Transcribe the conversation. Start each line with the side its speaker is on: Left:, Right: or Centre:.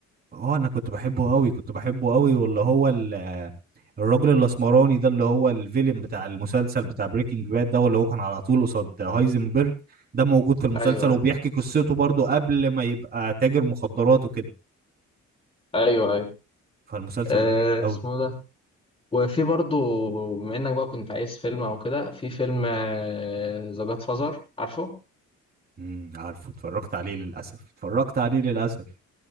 Right: اه انا كنت بحبه قوي كنت بحبه قوي واللي هو ال- الراجل الاسمراني ده اللي هو الفيلم بتاع المسلسل بتاع بريكنج باد ده اللي هو كان على طول قصاد هايزنبرج ده موجود في المسلسل
Left: ايوه ايوه
Right: وبيحكي قصته برضه قبل ما يبقى تاجر مخدرات وكده
Left: ايوه ايوه
Right: فالمسلسل
Left: آه
Right: ده جامد قوي
Left: اسمه ده وفي برضه بما انك بقى كنت عايز فيلم او كده في فيلم ذا جاد فازر عارفه
Right: امم عارفه اتفرجت عليه للاسف اتفرجت عليه للاسف